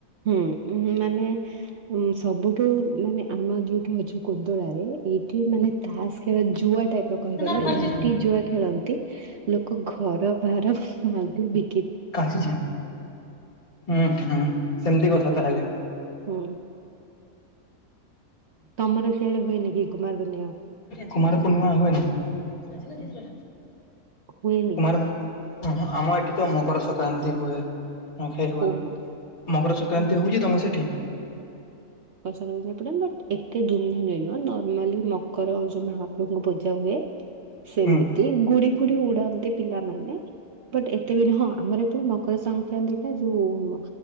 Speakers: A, on the right; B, on the left.
A: ହୁଁ ମାନେ ଉଁ ସବୁଠୁ ମାନେ ଆମ ଯୋଉଠୁ ଅଛି କୋଦଳାରେ ଏଇ ଏଠି ମାନେ ତାସ ଖେଳ ଜୁଆ ଟାଇପର
B: ଆଉ
A: କହିପାରିବ ଏମିତି ଜୁଆ ଖେଳନ୍ତି ଲୋକ ଘର ଭାର <inaudible> ବି
B: <unintelligible> ହଁ ହଁ ସେ ଏନ୍ତି କଥା
A: ହୁଁ
B: ତାହେଲେ।
A: ହୁଁ। ତମର ସିଆଡେ ହୁଏନି କି କୁମାର ପୂର୍ଣ୍ଣିମା?
B: କୁମାର ପୂର୍ଣ୍ଣିମା ହୁଏନି।
A: ହୁଏନି?
B: କୁମାର ଅହଂ ଆମ ଏଠି ତ ମକର ସଂକ୍ରାନ୍ତି ହୁଏ। ହଁ ଖାଇ ହୁଏ।
A: ଓହୋ।
B: ମକର ସଂକ୍ରାନ୍ତି
A: ଉଁ
B: ହଉଛି ତମ ସେଠି?
A: <unintelligible> ବଟ ଏତେ ଧୁମଧାମରେ ନୁହଁ ନର୍ମାଲି ମକର ଯଉ ମହାପ୍ରଭୁଙ୍କୁ ପୂଜା ହୁଏ। ସେମିତି
B: ହୁଁ
A: ଗୁଡି ଫୁଡି ଉଡାଉଁ। ପିଲାମାନେ ବଟ ଏତେ ନୁହଁ ଆମର ଏପଟ ମକର ସଂକ୍ରାନ୍ତି ଯୋଉ